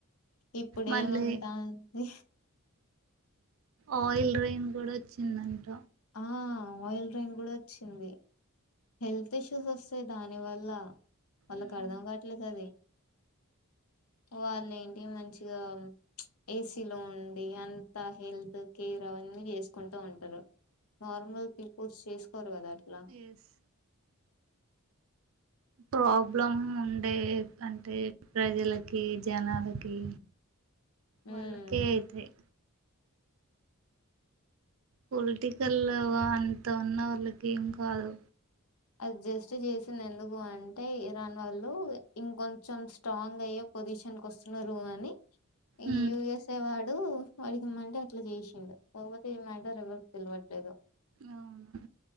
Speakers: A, on the left; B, on the right.
A: ఇప్పుడుమంటంది
B: మళ్ళీ ఆయిల్ రైన్ కూడా వచ్చిందంట
A: ఆ ఆయిల్ ర్రైన్ కూడా వచ్చింది హెల్త్ ఇష్యూస్ వస్తాయి దాని వల్ల వాళ్ళకి
B: ఉమ్
A: అర్థం కావట్లేదు అది వాళ్ళ ఏంటి మంచిగా ఏసీలో ఉండి అంత హెల్త్ కేర్ అవన్నీ చేసుకుంటూ ఉంటారు నార్మల్ పీపుల్స్ చేసుకోరు కదా అట్లా
B: ఎస్ ప్రాబ్లం ఉండే అంటే ప్రజలకి జనాలకి వాళ్ళకే
A: ఉమ్
B: అయితాయి పొలిటికల్ అంత ఉన్న వాళ్ళకి ఏం కాదు
A: అడ్జస్ట్ చేసిన ఎందుకు అంటే ఇరాన్ వాళ్ళు ఇంకొంచెం స్ట్రాంగ్ అయ్యే పొజిషన్ క వస్తున్నారు అని ఈ
B: ఉమ్
A: యుఎస్ వా అడు వాడికి ఇమ్మంటే అట్లా చేసిండు కాకపోతే ఏ మ్యాటర్ ఎవరికి తెలివట్లేదు
B: అవును